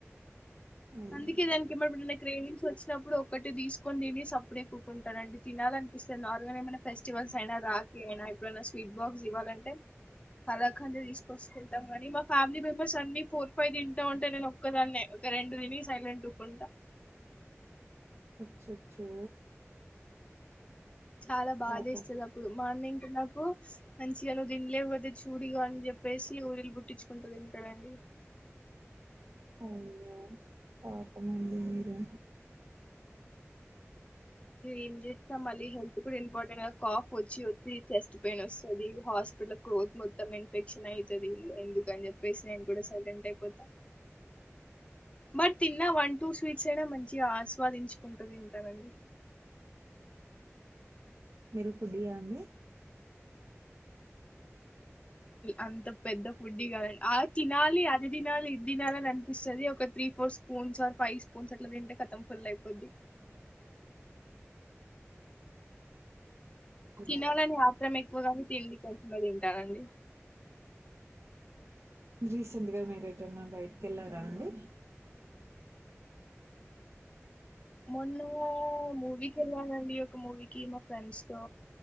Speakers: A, on the right; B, on the left.
A: అయ్యో
B: అందుకే దానికి ఏమబిడున్న క్రేవిన్స్ వచ్చినప్పుడు ఒకటి తీసుకొని తిని సప్పుడేక్ కూకుంటానండి తినాలనిపిస్తది నార్మల్ ఏమైనా ఫెస్టివల్స్ అయినా రాఖి అయినా ఎప్పుడైనా స్వీట్ బాక్స్ ఇవ్వాలంటే కలాకందే తీస్కొసుకుంటాం గనీ మా ఫ్యామిలీ మెంబెర్స్ అన్ని ఫోర్ ఫైవ్ తింటా ఉంటే నేను ఒక్కదాన్నే ఒక రెండు తిని సైలెంట్ ఉకుంట
A: అచ్చచ్చో
B: చాలా బాదేస్తుది
A: పాపం
B: అప్పుడు మార్నింగ్ కునప్పు మంచిగా నువ్వు దినలేవ్ గదే చూడిగ అని చెప్పేసి ఊరిళ్ పుట్టించుకుంటు తింటడండి
A: అయ్యో పాపమండి మీరు
B: ఏం చేస్తా మళ్ళీ హెల్త్ కూడా ఇంపార్టెంట్ కాఫ్ వచ్చి వచ్చి చెస్ట్ పెయిన్ వస్తది హాస్పిటల్ క్రోత్ మొత్తం ఇన్ఫెక్షన్ అయితది ఎందుకని చెప్పేసి నేను కూడా సైలెంట్ అయిపోతా మరి తిన్నా వన్ టూ స్వీట్స్ అయినా మంచిగా ఆస్వాదించుకుంటు తింటానండి
A: మీరు ఫుడియాండి
B: అంత పెద్ద ఫుడ్డీ కాదన్ ఆ తినాలి అది తినాలి ఇది తినాలిని అనిపిస్తది ఒక three four spoons or five spoons అట్ల తింటే కతం ఫుల్ అయిపోద్ది
A: అవును
B: తినాలని ఆత్రం ఎక్కువగాని తిండి కొంచెమే తింటానండి
A: రీసెంట్గా మీరు ఎటన్నా బయటికి ఎళ్ళారా అండి
B: మొన్నా మూవీ కెల్లానండి ఒక మూవీకి మా ఫ్రెండ్స్ తో